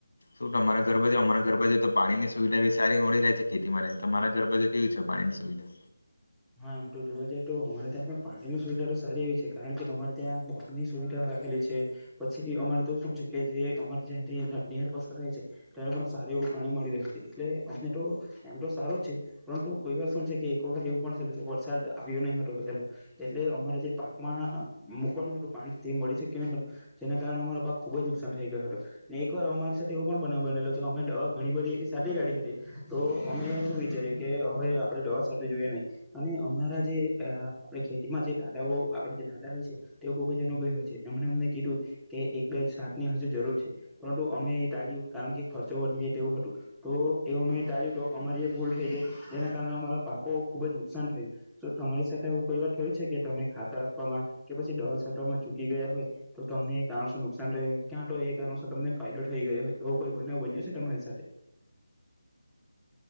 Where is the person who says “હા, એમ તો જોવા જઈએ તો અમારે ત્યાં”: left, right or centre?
Centre